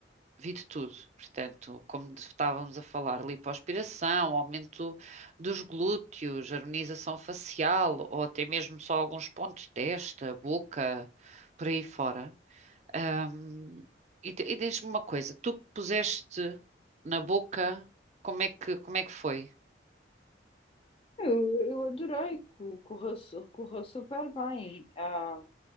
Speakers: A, on the right (about 40°); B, on the left (about 30°).
A: vi de tudo. Portanto, como de- estávamos a falar, lipoaspiração, aumento dos glúteos, harmonização facial ou até mesmo só alguns pontos de testa, boca, por aí fora. Um, e te- e diz-me uma coisa, tu que puseste na boca, como é que, como é que foi?
B: Eu, eu adorei, co- correu, su- correu super bem. Ah,